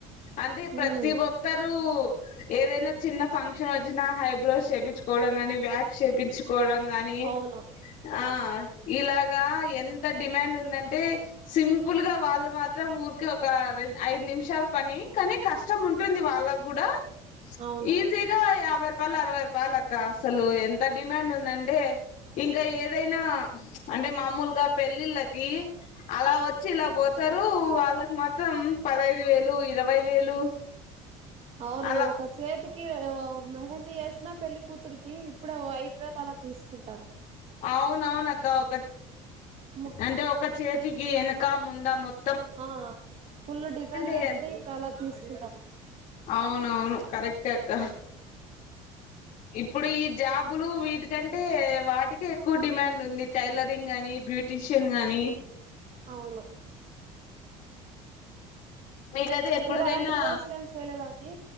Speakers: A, on the left; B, on the right.
A: అంటే ప్రతి
B: ఉమ్
A: ఒక్కరు ఏదైన చిన్న ఫక్షన్ వచ్చనా హైబ్రో చేపించుకోవడం గాని వాక్స్ చేపించుకోడం కానీ
B: అవును
A: ఆ ఇలాగా ఎంత డిమాండ్ ఉందంటే సిం ప్పుల్గా వాళ్ళు మాత్రం ఊరికి ఒక ఐదు నిమిషాల పని కని కష్టం ఉంటుంది వాళ్ళకు కూడా
B: అవును
A: ఈజీగా యాభై రూపాయలు అరవై రూపాయలు అక్క అసలు ఎంత డిమాండ్ ఉందంటే ఇంకా ఏదైనా <inaudible> అంటే మామూలుగా పెళ్ళిళ్ళకి అలా వచ్చి చిలా పోతారు వాళ్లగ మా త్రం పదైదు వేలు ఇరవై వేలు
B: అవునండి
A: అలా
B: ఒక చేతికి మెహందీ చేసినా పెళ్లి కూతురికి ఇప్పుడు ఐదు వేలు అలా తీసుకుంటారు.
A: అవునవున అక్క ఒక
B: ము-
A: అంటె ఒక్క చేతి ఈ ఎనక ముంద మొత్త
B: ఫో ఫుల్ డిజైన్
A: అయ్యారు.
B: వేస్తే ఇంకా అలా తీస్ కుంటాం
A: అవునవును కరెక్ట్ అక్క ఇప్పుడు ఈ జాబులు వీటి కంటే వాటికే ఎక్కువ డిమాండ్ ఉంది టైలరింగ్ గానీ బ్యూటీషియన్ గాని
B: అవును
A: మీకైతే ఎప్పటికైనా
B: మీరు అలాంటి కోర్సులు ఏమి చేయలేదండి?